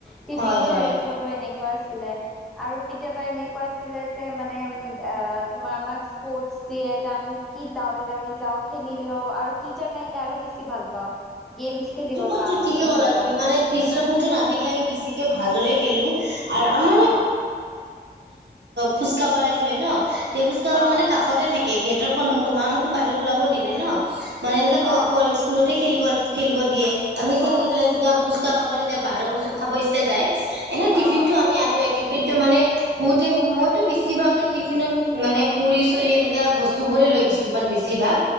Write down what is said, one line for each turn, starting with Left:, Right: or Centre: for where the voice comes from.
Centre: টিফিন
Right: হয়
Centre: শ্বেয়াৰিং
Right: হয়
Centre: কৰো এনেকুৱা আৰু কেতিয়াবা এনেকুৱা আছিলে যে, মানে তোমাৰ আমাক স্পৰ্ষ্ট দি আমি কি দাউৰি দাউৰি যাওঁ, খেলি লওঁ। আৰু টিচাৰ নাহিলে, আৰু বেছি ভাল পাওঁ। গেমছ খেলিব
Right: ত'
Centre: পাম
Right: ঠিকে
Centre: আমি সেনেকুৱা
Right: ক'লা তুমি, মানে টিচাৰ বোৰতো নাথাকিলে আমি বেছিকে ভালদৰে খ আম
Centre: অ
Right: খুজকাপাৰাজি হয় নহ, তে খুজকা
Centre: অ
Right: মানে কাষতে থাকে। গেটৰ সন্মুখত মা-মা বাহিৰত ওলাব নেৰে নহ মানে, এনেকে
Centre: অ
Right: ক-ক স্কুলতে খেলিব খেলিব দিয়ে, আমি
Centre: অ
Right: খেলি ফেলে তিয়া ফুচকা খাবলে যাওঁ। বাহিৰৰ বস্তু খাব ইচ্ছা যায়, এনে টিফিন
Centre: অ অ
Right: টো আমি আনো এ, টিফিনটো মানে বহুতে <unintelligible> বেছিভাগতো টিফিনত মানে, পুৰি-চুৰি এ তেতিয়া বস্তু বোৰে লৈ <unintelligible> মানে বেছি ভাগ,